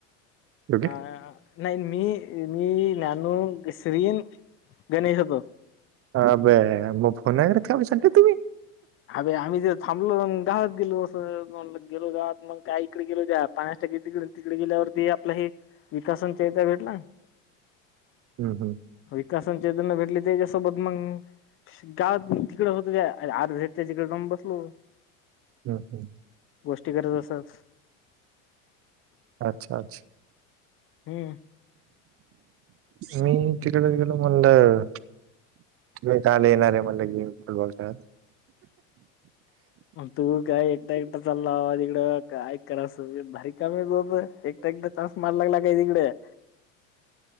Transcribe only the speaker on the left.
नाही मी मी नानू, श्रीन, गणेश होतो.
अबे आम्ही जर थांबलो अन गावात गेलो असं म्हटलं गेलो गावात मग काय इकडे गेलो त्या पाण्याच टाकी तिकडे तिकडे गेल्यावरती आपल हे विकास अन ते भेटल.
विकास अन चेतन ला भेटले त्याच्यासोबत मग गावात तिकड होत त्या अरे आर त्याच्याकडे जाऊन बसलो.
गोष्टी करत असच.
हम्म
तू काय एकटा एकटा चाला बाबा तिकड काय करा <unintelligible> भारी काम आहे तू अ तर. एकटा एकटा चान्स मारायला लागला काय तिकड.